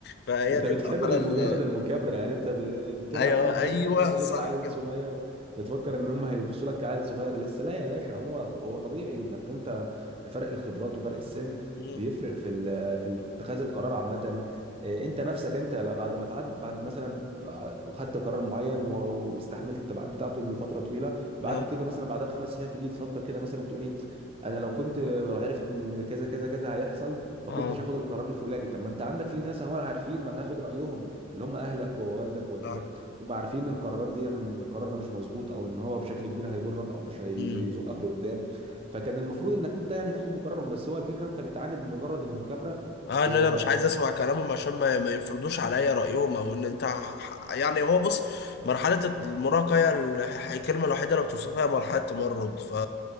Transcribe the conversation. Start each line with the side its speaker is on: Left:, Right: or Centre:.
Left: فهي
Right: انت
Left: دي
Right: بتكابر
Left: المرحلة
Right: لمجرد
Left: اللي
Right: المكابره يعني انت ب- بتكابر
Left: ايوه
Right: عشان ما تبانش
Left: ايوه
Right: انك انت
Left: صح
Right: لسه عيل
Left: كده
Right: صغير بتفكر ان هم هيبصوا لك كعيل صغير لسه لا يا باشا هو هو طبيعي انك انت فرق الخبرات وفرق السن
Left: مم.
Right: بيفرق في ال- في اتخاذ القرار عامه إيه، انت نفسك انت لا- بعد ما تعد بعد مثلا ع- خدت قرار معين و- و- واستحملت التبعات بتاعته لفتره طويله بعد
Left: اه
Right: كده مثلا بعدها بخمس سنين هتيجي تفكر كده مثلا تقول ايه انا لو كنت عرفت ان كذا كذا كذا هيحصل ما
Left: اه
Right: كنتش هاخد القرار الفلاني طب ما انت عندك في ناس هم عارفين ما هتاخد رايهم اللي هم اهلك ووالدك ووالدتك
Left: اه
Right: هم عارفين القرارات دي يعني ان القرار ده مش مظبوط او ان هو بشكل كبير هيضرك او مش هيزقك
Left: صح
Right: لقدام فكان المفروض انك انت يعني تاخد بقرارهم بس هو الفكره انت بتعاند لمجرد المكابره
Left: اه
Right: و...
Left: ان انا مش عايز اسمع كلامهم عشان ما, ما يفرضوش عليا رايهم او ان انت ح- يعني هو بص مرحله المراهقه هي ال- الكلمه الوحيده اللي بتوصفها هي مرحله تمرد ف